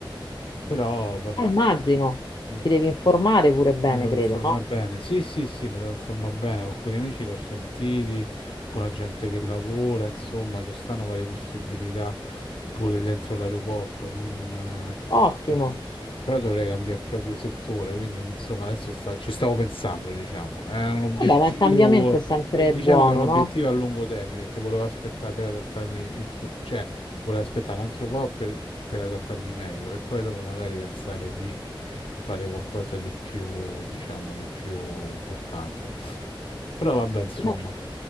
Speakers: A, on the left; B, on the left.
A: Però vabbè,
B: Eh, immagino.
A: mm,
B: Ti devi informare pure bene,
A: mi devo
B: credo,
A: informare
B: no?
A: bene. Sì, sì, sì, mi devo informare bene. Con alcuni amici che l'ho sentiti, con la gente che lavora, insomma, ci stanno varie possibilità pure dentro l'aeroporto. Non, eh,
B: Ottimo.
A: Mm. Però dovrei cambiare proprio settore, quindi insomma adesso sta- ci stavo pensando, diciamo. È un obiettivo,
B: Vabbè, ma il cambiamento è sempre
A: eh, diciamo
B: buono,
A: che è un obiettivo
B: no?
A: a lungo termine, perché volevo aspettare per adattarmi, in cu- cioè volevo aspettare un altro po' per, per adattarmi meglio e poi dopo magari pensare di fare qualcosa di più, diciamo, di più importante. Però vabbè, insomma.
B: Beh,